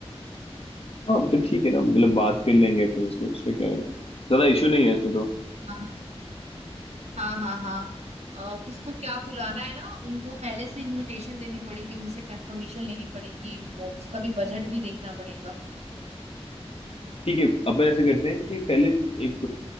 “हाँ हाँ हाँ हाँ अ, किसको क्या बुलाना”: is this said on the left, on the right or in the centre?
Right